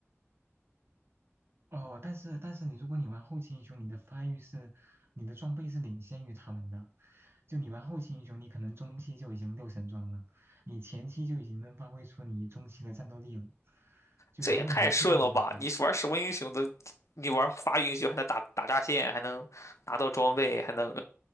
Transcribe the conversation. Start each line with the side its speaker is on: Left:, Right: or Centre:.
Right: 哦，但是但是你如果你玩后期英雄，你的发育是，你的装备是领先于他们的。就你玩后期英雄，你可能中期就已经六神装了，你前期就已经能发挥出你中期的战斗力了。就如果你能这样的话，
Left: 这也太顺了吧？你玩什么英雄都，你玩发育英雄还能打打炸线，还能拿到装备，还能